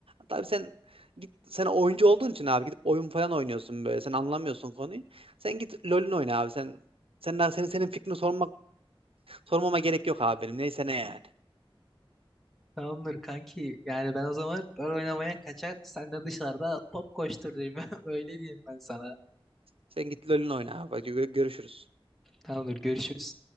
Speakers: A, on the right (about 85°); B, in the centre.
A: tabii sen git sen oyuncu olduğun için abi gidip oyun falan oynuyorsun böyle. Sen anlamıyorsun konuyu. Sen git LoL'ün oyna abi. Sen sen senin senin fikrini sormak sormama gerek yok abi benim. Neyse ne yani.
B: Tamamdır kanki. Yani ben o zaman rol oynamaya kaçar. Sen de dışarıda top koştur diyeyim. <laughs> Öyle diyeyim ben sana.
A: Sen git LoL'ün oyna abi. Hadi gö- Görüşürüz.
B: Tamamdır görüşürüz.